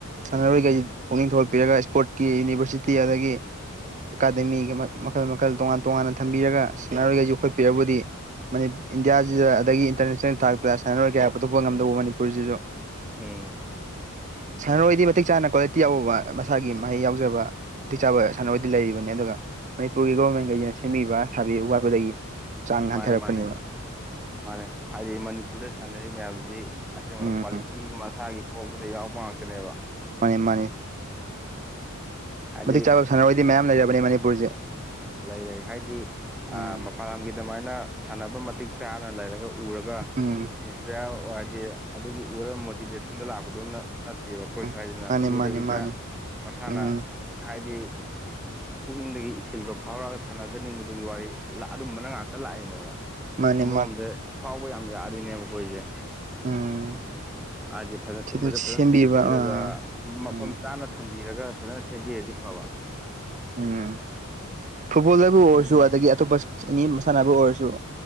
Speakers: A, on the right; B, in the centre.
A: ꯁꯥꯟꯅꯔꯣꯏꯈꯩ ꯄꯨꯛꯅꯤꯡ ꯊꯧꯒꯠꯄꯤꯔꯒ ꯏꯁꯄꯣꯔꯠꯀꯤ ꯌꯨꯅꯤꯚꯔꯁꯤꯇꯤ ꯑꯗꯒꯤ ꯑꯦꯀꯥꯗꯃꯤꯒ ꯃꯈꯜ ꯃꯈꯜ ꯇꯣꯉꯥꯟ ꯇꯣꯉꯥꯟꯅ ꯊꯝꯕꯤꯔꯒ ꯁꯥꯟꯅꯔꯣꯏꯒ ꯌꯣꯛꯈꯠꯄꯤꯔꯕꯨꯗꯤ ꯏꯟꯗꯤꯌꯥꯖꯤꯗ ꯑꯗꯒꯤ ꯏꯟꯇꯔꯅꯦꯁꯅꯦꯜ ꯊꯥꯛꯇ ꯁꯥꯟꯅꯔꯣꯏ ꯀꯌꯥ ꯄꯨꯊꯣꯛꯄ ꯉꯝꯗꯧꯕ ꯃꯅꯤꯄꯨꯔꯁꯤꯁꯨ
B: ꯎꯝ
A: ꯁꯥꯟꯅꯔꯣꯏꯗꯤ ꯃꯇꯤꯛ ꯆꯥꯅ ꯀ꯭ꯋꯥꯂꯤꯇꯤ ꯌꯥꯎꯕ ꯃꯁꯥꯒꯤ ꯃꯍꯩ ꯌꯥꯎꯖꯕ ꯃꯇꯤꯛ ꯆꯥꯕ ꯁꯥꯟꯅꯅꯕꯣꯏꯗꯤ ꯂꯩꯔꯤꯕꯅꯤ ꯑꯗꯨꯒ ꯃꯅꯤꯄꯨꯔꯒꯤ ꯒꯣꯔꯃꯦꯟꯈꯩꯁꯤꯅ ꯁꯦꯝꯕꯤꯕ ꯁꯥꯕꯤꯕ ꯋꯥꯠꯄꯗꯒꯤ ꯆꯥꯡ
B: ꯃꯥꯅꯦ
A: ꯍꯟꯊꯔꯛꯄꯅꯦꯕ
B: ꯃꯥꯅꯦ ꯃꯥꯅꯦ ꯍꯥꯏꯗꯤ ꯃꯅꯤꯄꯨꯔꯗ ꯁꯥꯟꯅꯔꯤꯕ ꯃꯌꯥꯝꯁꯤꯗꯤ ꯑꯁꯦꯡꯕꯅ
A: ꯎꯝ
B: ꯀ꯭ꯋꯥꯂꯤꯇꯤ
A: ꯎꯝ
B: ꯃꯁꯥꯒꯤ ꯄꯣꯛꯄꯗ ꯌꯥꯎꯄ ꯉꯥꯛꯇꯅꯦꯕ
A: ꯃꯥꯅꯦ ꯃꯥꯅꯦ
B: ꯍꯥꯏꯗꯤ
A: ꯃꯇꯤꯛ ꯆꯥꯕ ꯁꯥꯟꯅꯔꯣꯏꯗꯤ ꯃꯌꯥꯝ ꯂꯩꯔꯕꯅꯤ ꯃꯅꯤꯄꯨꯔꯁꯦ
B: ꯂꯩꯔꯦ ꯍꯥꯏꯗꯤ
A: ꯎꯝ
B: ꯃꯄꯥꯟ ꯂꯝꯒꯤ ꯑꯗꯨꯃꯥꯏꯅ ꯁꯥꯟꯅꯕ ꯃꯇꯤꯛ ꯆꯥꯅ ꯂꯩꯔꯒ ꯎꯔꯒ
A: ꯎꯝ
B: ꯏꯟꯁꯄꯤꯌꯥꯔ ꯍꯥꯏꯗꯤ ꯑꯗꯨꯒꯤ ꯎꯔꯒ ꯃꯣꯇꯤꯚꯦꯁꯟꯗ ꯂꯥꯛꯄꯗꯣꯝꯅ ꯅꯠꯇꯦꯕ ꯑꯩꯈꯣꯏ
A: ꯎꯝ
B: ꯁ꯭ꯋꯥꯏꯗꯅ
A: ꯃꯥꯅꯦ
B: ꯎꯗꯕꯤꯗ
A: ꯃꯥꯅꯦ ꯃꯥꯅꯦ
B: ꯃꯁꯥꯅ
A: ꯎꯝ
B: ꯍꯥꯏꯗꯤ ꯄꯨꯛꯅꯤꯡꯗꯒꯤ ꯏꯊꯤꯜ ꯐꯤꯜꯗꯣ ꯐꯥꯎꯔꯒ ꯁꯥꯟꯅꯖꯅꯤꯡꯕꯗꯨꯒꯤ ꯋꯥꯔꯤ ꯑꯗꯨꯝꯕꯅ ꯉꯥꯛꯇ ꯂꯥꯛꯏꯅꯦꯕ
A: ꯃꯥꯅꯦ
B: ꯑꯃꯔꯣꯝꯗ
A: ꯃꯥꯅꯦ
B: ꯐꯥꯎꯕ ꯌꯥꯝ ꯌꯥꯔꯤꯅꯦꯕ ꯑꯩꯈꯣꯏꯁꯦ
A: ꯎꯝ
B: ꯍꯥꯏꯗꯤ ꯐꯖꯅ
A: ꯁꯤꯗ
B: ꯁꯨꯝꯕꯁꯦ
A: ꯁꯦꯝꯕꯤꯕ
B: ꯐꯖꯅ ꯆꯤꯡꯒꯠꯄꯤꯔꯒ
A: ꯑꯥ ꯎꯝ
B: ꯃꯐꯝ ꯆꯥꯅ ꯊꯝꯕꯤꯔꯒ ꯐꯖꯅ ꯁꯦꯝꯕꯤꯔꯗꯤ ꯐꯕ
A: ꯎꯝ ꯐꯨꯠꯕꯣꯜꯗꯕꯨ ꯑꯣꯏꯔꯁꯨ
B: ꯑꯗꯨꯅ
A: ꯑꯗꯒꯤ ꯑꯇꯣꯞꯄ ꯑꯦꯅꯤ ꯃꯁꯥꯟꯕꯨ ꯑꯣꯏꯔꯁꯨ